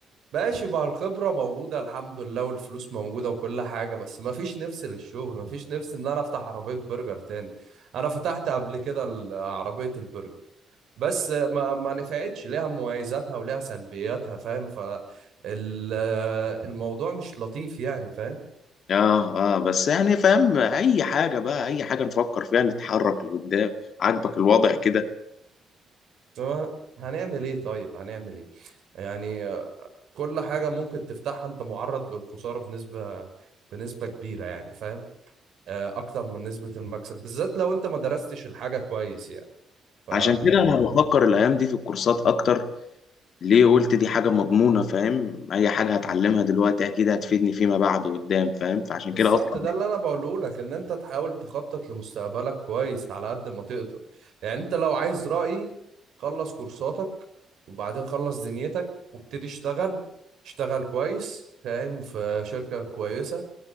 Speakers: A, on the right (about 70°); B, on the left (about 60°).
A: ماشي ما الخبرة موجودة الحمد لله والفلوس موجودة وكل حاجة بس ما فيش نفس للشغل ما فيش نفس ان انا افتح عربية برجر تاني انا فتحت قبل كده ال- عربية البرجر بس ما ما نفعتش ليها مميزاتها وليها سلبياتها فاهم فالموضوع مش لطيف يعني فاهم
B: اه اه بس يعني فاهم اي حاجه بقى اي حاجه نفكر فيها نتحرك لقدام عاجبك الوضع كده
A: هو هنعمل ايه طيب هنعمل ايه يعني آه، كل حاجة ممكن تفتحها انت معرض للخسارة بنسبة بنسبة كبيرة يعني فاهم آه، اكتر من نسبة المكسب بالذات لو انت ما درستش الحاجة كويس يعني ف
B: عشان كده انا بفكر الايام دي في الكورسات اكتر ليه قلت دي حاجه مضمونه فاهم اي حاجه هتعلمها دلوقتي اكيد هتفيدني فيما بعد قدام فاهم فعشان
A: بالظبط
B: كده اصلا
A: ده اللي انا بقوله لك ان انت تحاول تخطط لمستقبلك كويس على قد ما تقدر يعني انت لو عايز رأيي خلص كورساتك وبعدين خلص دنيتك وابتدي اشتغل اشتغل كويس فاهم في شركة كويسة